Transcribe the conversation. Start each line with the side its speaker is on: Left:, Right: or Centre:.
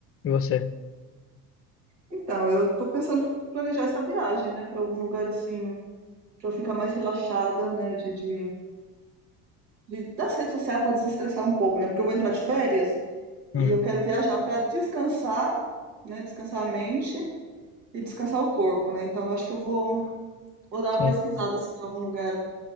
Left: E você?
Right: Então, eu tô pensando em planejar essa viagem, né, pra algum lugar assim, pra eu ficar mais relaxada, né, de, de, de- das redes sociais pra desestressar um pouco, né? Porque eu vou entrar de férias e
Left: Uhum.
Right: eu quero viajar pra descansar, né, descansar a mente e descansar o corpo, né? Então, eu acho que eu vou, vou dar
Left: Sim,
Right: uma pesquisada assim, de algum lugar